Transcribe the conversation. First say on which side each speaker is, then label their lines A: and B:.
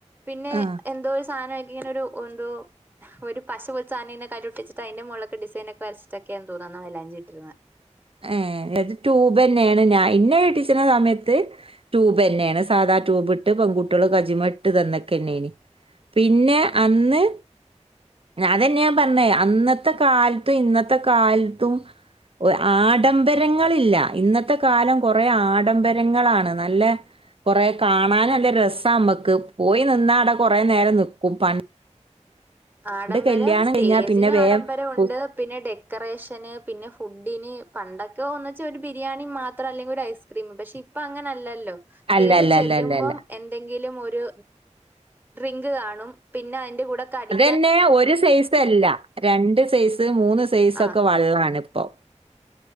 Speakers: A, on the right (about 15°); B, on the right (about 50°).
A: പിന്നെ
B: ആ
A: എന്തോ ഒരു സാനം അ- ഇങ്ങനൊരു ഒന്തോ ഒരു പശ പോലത്തെ സാനം ഇങ്ങനെ കൈയില് ഒട്ടിച്ചട്ട് അതിന്റെ മുകളിലൊക്കെ ഡിസൈനൊക്കെ വരച്ചിട്ടൊക്കെയാന്ന് തോന്നുന്നു അന്ന് മൈലാഞ്ചി ഇട്ടിരുന്നെ
B: ഏ അത് ട്യൂബ് തന്നെയാണ് ഞാ എന്നെ കെട്ടിച്ചുന്ന സമയത്ത് ട്യൂബ് തന്നെയാണ് സാധാ ട്യൂബ് ഇട്ട് പെൺകുട്ടികള് കൈയ്യുമേ ഇട്ട് തന്നൊക്കെ ആയിനി പിന്നെ അന്ന് അതന്നെയാ ഞാൻ പറഞ്ഞേ അന്നത്തെ കാലത്തും ഇന്നത്തെ കാലത്തും ഓ ആഡംബരങ്ങളില്ല ഇന്നത്തെ കാലം കൊറേ ആഡംബരങ്ങളാണ് നല്ല കൊറേ കാണാൻ നല്ല രസ നമ്മക്ക് പോയി നിന്നാ അവിടെ കുറേ നേരം നിക്കും പണ്ട്
A: ആഡംബരം
B: കല്യാണം
A: സ്റ്റേജിന്
B: കഴിഞ്ഞാൽ പിന്നെ വേഗം
A: ആഡംബരവൊണ്ട്
B: പു-
A: പിന്നെ ഡെക്കറേഷന് പിന്നെ ഫുഡിന് പണ്ടൊക്കെ ഒന്നുവെച്ചാ ഒരു ബിരിയാണി മാത്രം അല്ലെങ്കിൽ ഒരു ഐസ്ക്രീം പക്ഷെ ഇപ്പം അങ്ങനെ അല്ലല്ലോ
B: അല്ല
A: കേറി
B: അല്ല
A: ചെല്ലുമ്പോം
B: അല്ല അല്ല അല്ല
A: എന്തെങ്കി ങ്കിലും ഒരു ഡ്രിങ്ക് കാണും പിന്നെ അതിന്റെ കൂടെ കടി
B: പിന്നെ ഒര് സൈസ് അല്ല രണ്ട് സൈസ് മൂന്ന് സൈസ്
A: ആഹ്
B: ഒക്കെ വള്ളാണ് ഇപ്പൊ